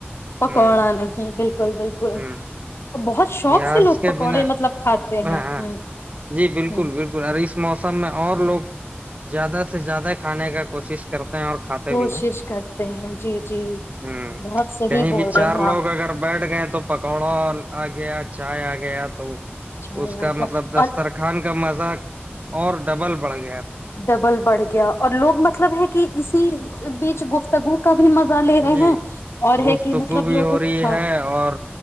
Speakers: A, on the right; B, on the left.
A: ہوں
B: پکوڑا نہیں بالکل بالکل
A: ہوں
B: بہت شوق
A: پیاز
B: سے لوگ
A: کے
B: پکوڑے
A: بنا
B: مطلب کھاتے
A: ہاں
B: ہیں
A: ہاں
B: ہ
A: جی بالکل
B: ہ
A: بالکل اس موسم میں اور لوگ زیادہ سے زیادہ کھانے کا کوشش کرتے ہیں اور کھاتے
B: کوشش
A: بھی ہیں
B: کرتے ہیں جی جی
A: ہ
B: بہت صحیح
A: کہیں
B: بول
A: بھی چار
B: رہے ہیں آپ
A: لوگ اگر بیٹھ گئے تو پکوڑا آ گیا چائے آ گیا تو
B: اچھا
A: اس
B: یار
A: کا
B: کیا
A: مطلب دسترخان
B: اور
A: کا مزاق اور ڈبل بڑ گی
B: ڈبل بڑھ گیا اور لوگ مطلب ہے کہ اسی بیچ گفتگو کا بھی مزہ لے رہے
A: جی
B: ہیں اور
A: گفتگو
B: ہے کہ مطلب
A: بھی
B: لوگوں
A: ہو رہی
B: ہاں
A: ہے اور